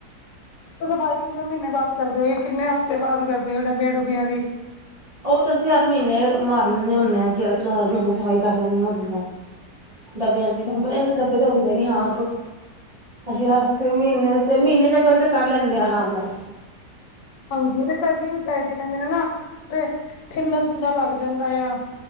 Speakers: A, on the left; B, on the right.
A: ਸਫ਼ਾਈ ਕਿੰਨੇ ਮਹੀਨੇ ਬਾਅਦ ਕਰਦੇ ਹੋ ਕਿੰਨੇ ਹਫ਼ਤੇ ਬਾਅਦ ਕਰਦੇ ਹੋ ਡੱਬਿਆਂ ਡੁੱਬਿਆਂ ਦੀ।
B: ਉਹ ਤਾਂ ਅਸੀਂ ਹਰ ਮਹੀਨੇ ਮਾਰ ਲੈਂਦੇ ਹੁੰਦੇ ਹਾਂ ਕੀ ਹਾ ਚਲੋ ਹਰ ਮਹੀਨੇ ਸਫ਼ਾਈ ਕਰ ਲੈਦੇ ਹੁੰਦੇ ਹਾਂ। ਡੱਬਿਆਂ
A: ਅੱਛਾ-ਅੱਛਾ।
B: ਦੀ ਇਨਾ ਡੱਬੇ ਤੇ ਹੁੰਦੇ ਨੀ ਹਾਂ ਅਸੀਂ ਹਰ ਮਹੀਨੇ ਤੇ ਮਹੀਨੇ ਚ ਇਕ ਵਾਰ ਤੇ ਕਰ ਲੈਂਦੇ ਹਾਂ ਆਰਾਮ ਨਾਲ।
A: ਹਾਂਜੀ ਤੇ ਕਰਨੀ ਵੀ ਚਾਹੀਦੀ ਕਹਿੰਦੇ ਨੇ ਨਾ ਤੇ <unintelligible> <unintelligible> ਲੱਗ ਜਾਂਦਾ ਆ।